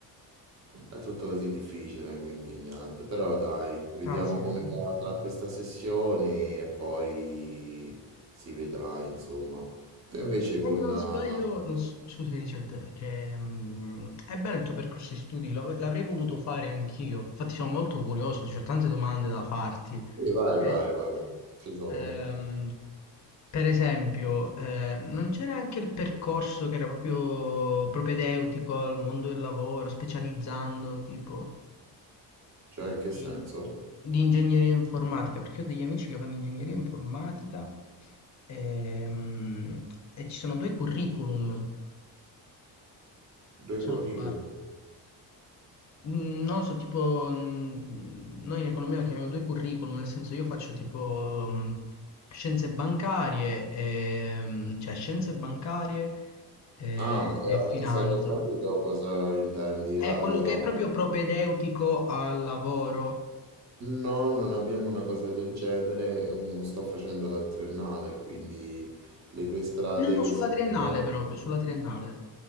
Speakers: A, on the right (about 35°); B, on the left (about 40°).
A: è tutto così difficile, quindi niente. Però dai, vediamo
B: Ah, sì.
A: come va- andrà questa sessione e poi si vedrà, insomma. Tu invece con...
B: E non
A: eh,
B: sbaglio, non s- scusa Richard, che mm, è bello il tuo percorso di studi, lo- l'avrei voluto fare anch'io. Infatti sono molto curioso, ci ho tante domande da farti.
A: Vai,
B: Sì.
A: vai, vai, ci sono.
B: Ehm, per esempio, eh, non c'era anche il percorso che era proprio propedeutico al mondo del lavoro, specializzando tipo
A: Cioè, in che senso?
B: in- di ingegneria informatica, perché ho degli amici che fanno ingegneria informatica ehm, e ci sono due curriculum
A: Due curriculum.
B: se non sbaglio. Mm, No, so tipo, mm, noi in economia lo chiamiamo due curriculum, nel senso io faccio tipo mm, scienze bancarie, e, mm, cioè scienze bancarie e,
A: Ah,
B: e
A: eh,
B: finanza.
A: mi sa che ho capito cosa intendi.
B: È
A: Allora,
B: quello che è proprio propedeutico al lavoro.
A: no, non abbiamo una cosa del genere. mm, Sto facendo la triennale, quindi le due strade
B: No, no,
A: che
B: sulla
A: si
B: triennale
A: potevano-
B: proprio, sulla triennale.